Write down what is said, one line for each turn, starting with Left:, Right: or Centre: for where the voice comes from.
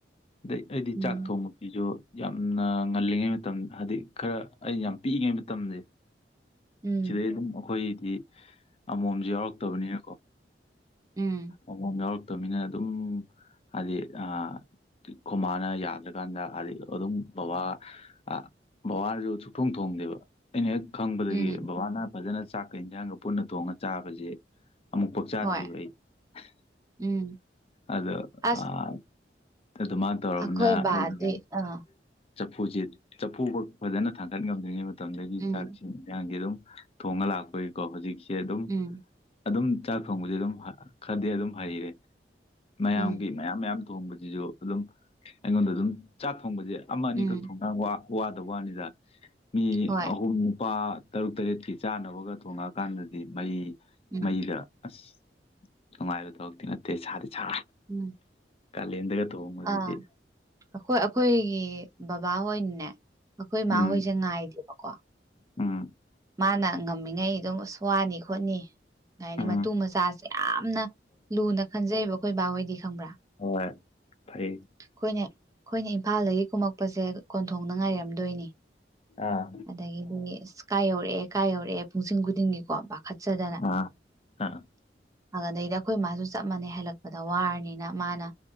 Left: ꯑꯗꯩ ꯑꯗꯤ ꯑꯩꯗꯤ
Right: ꯎꯝ
Left: ꯆꯥꯛ ꯊꯣꯡꯕꯕꯖꯤꯖꯨ ꯌꯥꯝꯅ ꯉꯜꯂꯤꯉꯩ ꯃꯇꯝ ꯍꯥꯏꯗꯤ ꯈꯔ ꯑꯩ ꯌꯥꯝ ꯄꯤꯛꯏꯉꯩ ꯃꯇꯝꯁꯦ
Right: ꯎꯝ
Left: ꯁꯤꯗꯩ ꯑꯗꯨꯝ ꯑꯩꯈꯣꯏꯗꯤ ꯑꯃꯣꯝꯁꯨ ꯌꯥꯎꯔꯛꯇꯕꯅꯤꯅꯀꯣ
Right: ꯎꯝ
Left: ꯑꯃꯣꯝ ꯌꯥꯎꯔꯛꯇꯕꯅꯤꯅ ꯑꯗꯨꯝ ꯍꯥꯏꯗꯤ ꯑ ꯈꯣꯃꯥꯅ ꯌꯥꯗ꯭ꯔꯀꯥꯟꯗ ꯍꯥꯏꯗꯤ ꯑꯗꯨꯝ ꯕꯕꯥ ꯑ ꯕꯕꯥꯁꯨ ꯁꯨꯛꯊꯣꯡ ꯊꯣꯡꯗꯦꯕ ꯑꯩꯅ ꯍꯦꯛ ꯈꯪꯕꯗꯒꯤ
Right: ꯎꯝ
Left: ꯕꯕꯥꯅ ꯐꯖꯅ ꯆꯥꯛꯀ ꯌꯦꯟꯖꯥꯡꯒ ꯄꯨꯟꯅ ꯊꯣꯡꯉꯒ ꯆꯥꯕꯁꯦ ꯑꯃꯨꯛ ꯄꯛ ꯆꯥꯗ꯭ꯔꯤꯕ
Right: ꯍꯣꯏ
Left: ꯑꯩ <unintelligible>
Right: ꯎꯝ
Left: ꯑꯗꯣ
Right: ꯑꯁ
Left: ꯑꯥ ꯑꯗꯨꯃꯥꯏꯅ ꯇꯧꯔꯕꯅꯤꯅ
Right: ꯑꯩꯈꯣꯏ ꯕꯥꯗꯤ
Left: ꯑꯩꯖꯦ
Right: ꯑꯥ
Left: ꯆꯐꯨꯁꯤ ꯆꯐꯨ ꯐꯧ ꯐꯖꯅ ꯊꯥꯡꯒꯠ ꯉꯝꯗ꯭ꯔꯤꯉꯩ ꯃꯇꯝꯗꯒꯤ
Right: ꯎꯝ
Left: ꯆꯥꯛꯁꯤ ꯏꯟꯁꯥꯡꯁꯦ ꯑꯗꯨꯝ ꯊꯣꯡꯉ ꯂꯥꯛꯄꯒꯤꯀꯣ ꯍꯧꯖꯤꯛꯁꯤ ꯁꯦ ꯑꯗꯨꯝ
Right: ꯎꯝ
Left: ꯑꯗꯨꯝ ꯆꯥꯛ ꯊꯣꯡꯕꯖꯦ ꯑꯗꯨꯝ ꯈꯔꯗꯤ ꯑꯗꯨꯝ ꯍꯩꯔꯦ ꯃꯌꯥꯝꯒꯤ
Right: ꯎꯝ
Left: ꯃꯌꯥꯝ ꯃꯌꯥꯝ ꯊꯣꯡꯕꯖꯤꯖꯨ ꯑꯗꯨꯝ ꯑꯩꯉꯣꯟꯗ ꯑꯗꯨꯝ ꯆꯥꯛ ꯊꯣꯡꯕꯖꯦ ꯑꯃ ꯑꯅꯤꯈꯛ
Right: ꯎꯝ
Left: ꯊꯣꯡꯒ ꯋꯥꯗꯕ ꯋꯥꯅꯤꯗ ꯃꯤ
Right: ꯍꯣꯏ
Left: ꯑꯍꯨꯝ ꯅꯨꯄꯥ ꯇꯔꯨꯛ ꯇꯔꯦꯠꯀꯤ ꯆꯥꯅꯕꯒ ꯊꯣꯡꯉꯛꯑꯀꯥꯟꯗꯗꯤ ꯃꯩ
Right: ꯎꯝ
Left: ꯃꯩꯗ ꯑꯥꯁ ꯅꯨꯡꯉꯥꯢꯕ ꯊꯕꯛꯇꯤ ꯅꯠꯇꯦ ꯁꯥꯗꯤ ꯁꯥ
Right: INAUDIBLE
Left: ꯀꯥꯂꯦꯟꯗꯒ ꯊꯣꯡꯕꯁꯤꯗꯤ
Right: ꯑꯥ ꯑꯈꯣꯏ ꯑꯈꯣꯏꯒꯤ ꯕꯕꯥꯍꯣꯏꯅꯥꯅꯦ ꯑꯩꯈꯣꯏ ꯃꯥꯍꯣꯏꯖꯦ
Left: ꯎꯝ
Right: ꯉꯥꯏꯗꯦꯕꯀꯣ
Left: ꯎꯝ
Right: ꯃꯥꯅ ꯉꯝꯃꯤꯉꯩ ꯑꯗꯨꯝ ꯑꯥꯁ ꯋꯥꯅꯤ- ꯈꯣꯠꯅꯤ ꯀꯩ ꯍꯥꯏꯅꯤ
Left: ꯎꯝ
Right: ꯃꯇꯨ- ꯃꯆꯥꯖꯦ ꯌꯥꯝꯅꯥ ꯂꯨꯅ ꯈꯟꯖꯩꯕ ꯑꯩꯈꯣꯏ ꯕꯥꯍꯣꯏꯗꯤ ꯈꯪꯕ꯭ꯔꯥ
Left: ꯍꯣꯏꯌꯦ ꯐꯩ
Right: ꯈꯣꯏꯅ ꯈꯣꯏꯅ ꯏꯝꯐꯥꯜꯗꯒꯤ ꯀꯨꯝꯃꯛꯄꯖꯦ ꯀꯣꯟꯊꯣꯡꯗ ꯉꯥꯏꯔꯝꯗꯣꯏꯅꯤ
Left: ꯑꯥ
Right: ꯑꯗꯒꯤꯗꯤ ꯑꯥꯁ ꯀꯥꯏ ꯌꯧꯔꯛꯑꯦ- ꯀꯥꯏ ꯌꯧꯔꯛꯑꯦ ꯄꯨꯡꯁꯤꯡ ꯈꯨꯗꯤꯡꯒꯤꯀꯣ ꯄꯥꯈꯠꯆꯗꯅꯥ
Left: ꯑꯥ ꯑꯥ
Right: ꯑꯗꯗꯩꯗꯥ ꯈꯣꯏ ꯃꯥꯖꯨ ꯆꯞ ꯃꯥꯟꯅꯩ ꯍꯜꯂꯛꯄꯗ ꯋꯥꯔꯅꯤꯅ ꯃꯥꯅ